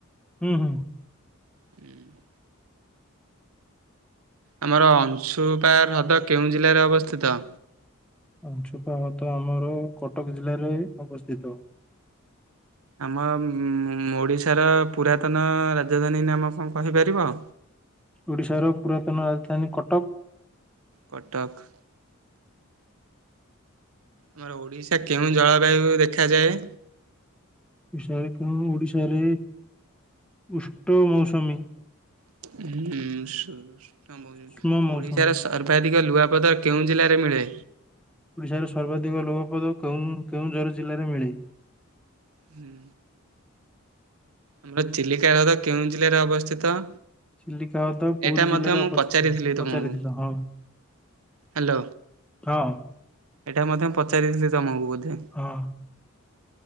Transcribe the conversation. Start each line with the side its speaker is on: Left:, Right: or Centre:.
Centre: ହୁଁ ହୁଁ
Right: ହୁଁ <unintelligible> ଆମର ଅଂଶୁପା ହ୍ରଦ କେଉଁ ଜିଲ୍ଲାରେ ଅବସ୍ଥିତ?
Centre: ଅଂଶୁପା ହ୍ରଦ ଆମର କଟକ ଜିଲ୍ଲାରେ ଅବସ୍ଥିତ।
Right: ଆମ ଅମ୍ ଓଡିଶାର ପୁରାତନ ରାଜଧାନୀ ନାମ କଣ କହିପାରିବ?
Centre: ଓଡ଼ିଶାର ପୁରାତନ ରାଜଧାନୀ କଟକ।
Right: କଟକ। ଆମର ଓଡିଶା କେଉଁ ଜଳବାୟୁ ଦେଖାଯାଏ?
Centre: <unintelligible> ଓଡିଶାରେ ଉଷ୍ଣ ମୌସୁମୀ।
Right: <unintelligible> ହୁଁ
Centre: ଉଷ୍ମ ମୌସୁମୀ
Right: ଓଡିଶାରେ <unintelligible> ଅଧିକ ଲୁଆପଥର କେଉଁ ଜିଲ୍ଲାରେ ମିଳେ?
Centre: ଓଡ଼ିଶାର ସର୍ବାଧିକ <unintelligible> ପଦ କେଉଁ କେଉଁଝର ଜିଲ୍ଲାରେ ମିଳେ।
Right: ହୁଁ ଆମର ଚିଲିକା ହ୍ରଦ କେଉଁ ଜିଲ୍ଲାରେ ଅବସ୍ଥିତ?
Centre: ଚିଲିକା ହ୍ରଦ ପୁରୀ
Right: ଏଇଟା
Centre: <unintelligible>
Right: ମଧ୍ୟ
Centre: ଜିଲ୍ଲାରେ
Right: ମୁଁ
Centre: ଅବସ୍ଥିତ
Right: ପଚାରିଥିଲି ତମକୁ
Centre: ପଚାରିଥିଲ ହଁ
Right: ହ୍ୟାଲୋ
Centre: ହଁ
Right: ଏଇଟା ମଧ୍ୟ ପଚାରିଥିଲି ତମକୁ ବୋଧେ।
Centre: ହଁ